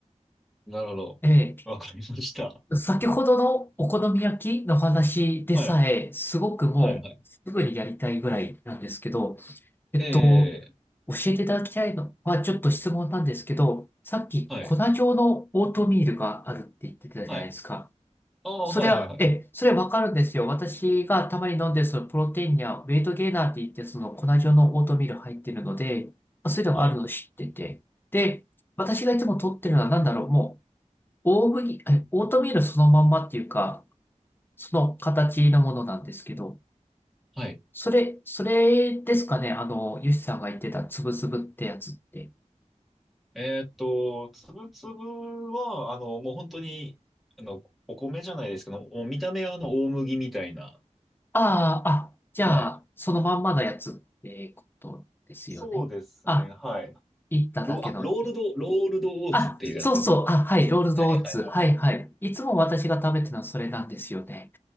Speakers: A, in the centre; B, on the left.
A: なるほど。
B: ええ
A: わかりました。
B: 先ほどのお好み焼きの話でさえ、
A: はい。
B: すごくもう、
A: はいはい。
B: すぐにやりたいぐらいなんですけど、えっと、
A: ええ
B: 教えていただきたいのは、ちょっと質問なんですけど、さっき粉状のオートミールがあるって言ってたじゃないですか。
A: はい。はい。ああ、
B: それは、
A: はいはいはい。
B: え、それはわかるんですよ。私がたまに飲んでるそのプロテインやウェイトゲーナーって言ってその粉状のオートミール入ってるので、まあそういうのがあるのを知ってて。
A: はい。
B: で、私がいつも取ってるのは何だろう。もう大麦、えオートミールそのまんまっていうか、その形のものなんですけど、
A: はい。
B: それ、それですかね、あの、ヨシさんが言ってたつぶつぶってやつって。
A: えーっと、つぶつぶは、あの、もう本当に、あの、お米じゃないですけど、もう見た目はあの、大麦みたいな。
B: ああ、あ、じゃあ、
A: はい。
B: そのまんまのやつってことですよね。
A: そうですね。
B: あ、
A: はい。
B: いっただけの。
A: ロ、あ、ロールド、ロールドオーツっていうやつです。
B: あ、そうそう、あ、はい、ロールドオーツ。
A: はいはいはいはい。
B: はい、はい。いつも私が食べてるのはそれなんですよね。